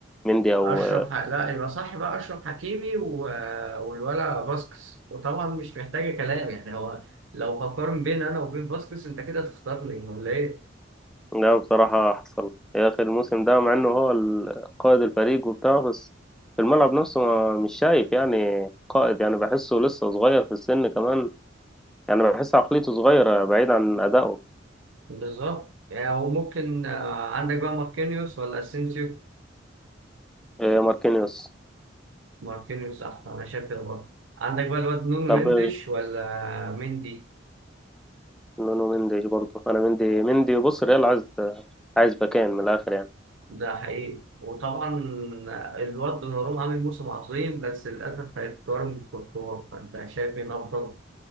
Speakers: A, in the centre; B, on the right.
A: مندي أو
B: اشرف ح... لا يبقى صح بقى اشرف حكيمي و... والولا باسكس وطبعا مش محتاجة كلام يعني هو لو هقارن بين انا وبين باسكس انت كده تختارني ولا ايه
A: لا بصراحة حصل يا أخي الموسم ده مع إنه هو ال- قائد الفريق وبتاع بس في الملعب نفسه ما مش شايف يعني قائد يعني بحسه لسه صغير في السن كمان يعني بحس عقليته صغيرة بعيد عن أدائه
B: بالظبط يعني هو ممكن آه، عندك بقى ماركينيوس ولا اسينسيو
A: إيه ماركينيوس
B: ماركينيوس احسن انا شايف كده برضه عندك بقى الواد نونو
A: طب
B: مندش ولا مندي
A: نونو مندي برضه أنا مندي مندي بص الريال عايز عايز باكين من الآخر يعني
B: ده حقيقي وطبعا الواد دوناروما عامل موسم عظيم بس للأسف هيتقارن بكورتوا فأنت شايف مين أفضل